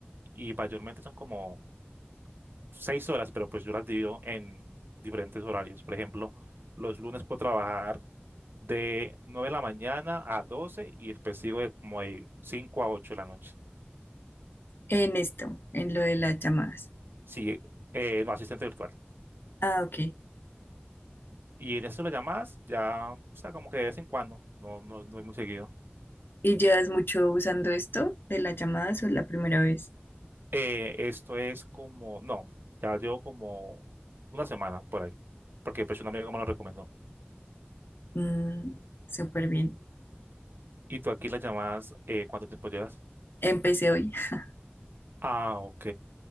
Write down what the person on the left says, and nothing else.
en esto, en lo de las llamadas?
Ah, ok.
¿Y llevas mucho usando esto de las llamadas o es la primera vez?
Mm, súper bien.
Empecé hoy. <laughs>